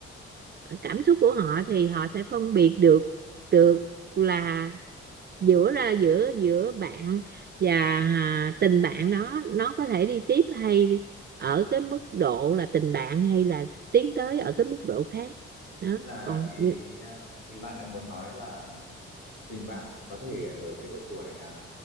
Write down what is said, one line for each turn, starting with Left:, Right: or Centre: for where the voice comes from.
Right: cảm xúc của họ thì họ sẽ phân biệt được được là giữa ra giữa giữa bạn và à, tình bạn đó nó có thể đi tiếp hay ở cái mức độ là tình bạn hay là tiến tới ở cái mức độ khác đó
Left: thế là
Right: còn
Left: ý
Right: như-
Left: ý bạn đang muốn nói là tình bạn có thể ở cái độ tuổi à,